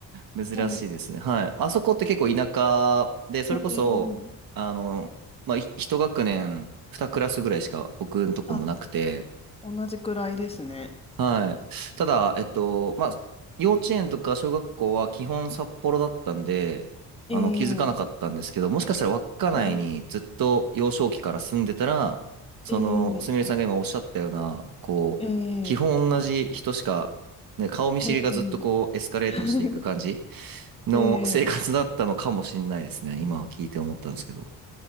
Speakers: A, on the right; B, on the left.
A: 珍しいですね。
B: はい。
A: はい。あそこって結構田舎で、それこそ、
B: ええ
A: あの、まあ、い一学年、二クラスぐらいしか僕のとこもなくて、
B: あ、同じくらいですね。
A: はい。ただ、えっと、まあ、幼稚園とか小学校は基本札幌だったんで、あの、
B: ええ
A: 気づかなかったんですけど、もしかしたら稚内にずっと幼少期から住んでたら、
B: ええ
A: その、
B: ええ
A: すみれさんが今おっしゃったような、こう、
B: ええ
A: 基本同じ人しか、ね、顔見知りがずっとこう、
B: ええ
A: エスカレートしていく感じ
B: <laughs>
A: の生活だったのかもしれないですね。
B: ええ
A: 今聞いて思ったんですけど。